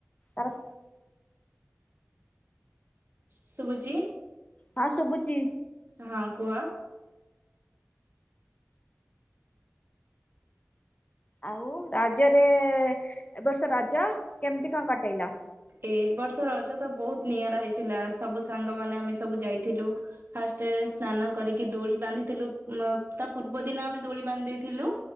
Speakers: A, on the left (about 35°); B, on the right (about 55°).
A: ତାର
B: ଶୁଭୁଛି।
A: ହଁ, ଶୁଭୁଛି।
B: ହଁ, କୁହ।
A: ଆଉ ରାଜରେ ଏବ ବର୍ଷ ରଜ କେମିତି କଣ କଟେଇଲ?
B: ଏ ବର୍ଷ ରଜ ତ ବହୁତ୍ ନିଆରା ହେଇଥିଲା ସବୁ ସାଙ୍ଗମାନେ ଆମେ ସବୁ ଯାଇଥିଲୁ ଫାଷ୍ଟ ସ୍ନାନ କରିକି ଦୋଳି ବାନ୍ଧିଥିଲୁ ତା ପୂର୍ବ ଦିନ ଆମେ ଦୋଳି ବାନ୍ଧି ଦେଇଥିଲୁ।